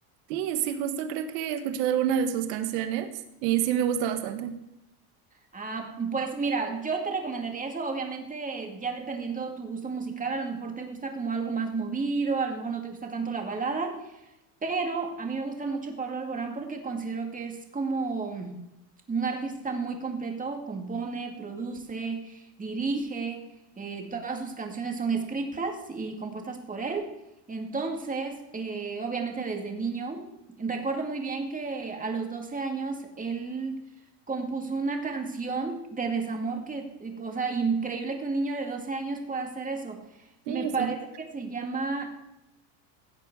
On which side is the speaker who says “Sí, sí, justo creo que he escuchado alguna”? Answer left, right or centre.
Right